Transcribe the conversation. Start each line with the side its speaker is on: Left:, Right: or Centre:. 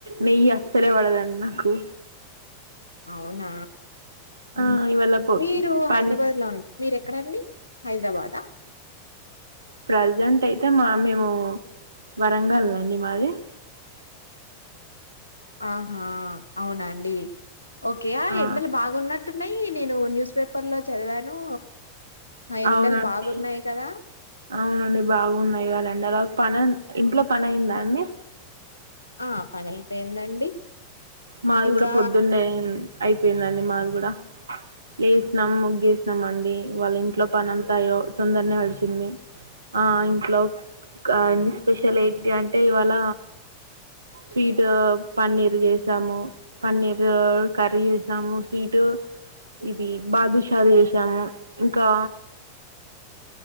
Right: నెయ్యి అసలే పడదండి నాకు
Left: అవు అవునా ఉమ్
Right: ఆ ఇవాళ పో
Left: మీరు హైదరాబాద్
Right: పని
Left: లో మీరు ఎక్కడండి హైదరాబాద్ ఆ
Right: ప్రజెంట్ అయితే మా అమ్మ ఏం వరంగల్ అండి మాది
Left: ఆహా అవునండి ఓకే
Right: ఆ
Left: ఎండలు బాగున్నట్టున్నాయి నేను న్యూస్ పేపర్ లో చదివాను ఆ ఎండలు
Right: అవునండి
Left: బాగున్నాయి కదా
Right: అవునండి బాగున్నాయి కదండి అలా పన ఇంట్లో పని అయిందా అండి
Left: ఆ పని అయిపోయిందండి
Right: మాది
Left: ఇంకా
Right: కూడా పొద్దున్నే అయి పోయిందండి మాది కూడా లేసినాం ముగ్గేసినాం అండి వాళ్ళ ఇంట్లో పని అంతా అయ్యో తొందరనే గడిచిది ఆ ఇంట్లో ఆ స్పెషల్ ఏంటి అంటే ఇవాళ స్వీట్ పన్నీర్ చేసాము పన్నీర్ కర్రీ చేసాము స్వీటు ఇది బాదుషాలు చేసాము ఇంకా